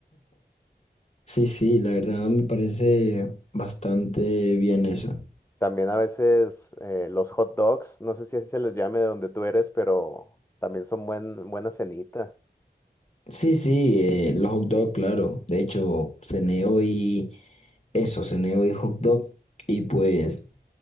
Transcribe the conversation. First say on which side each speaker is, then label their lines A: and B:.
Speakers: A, on the left (about 40°); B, on the left (about 15°).
A: Sí, sí, la verdad me parece bastante bien eso.
B: También a veces eh, los hot dogs, no sé si así se les llame de donde tú eres, pero también son buen, buena cenita.
A: Sí, sí, eh, los hot dog, claro. De hecho, cené hoy eso, cené hoy hot dog y pues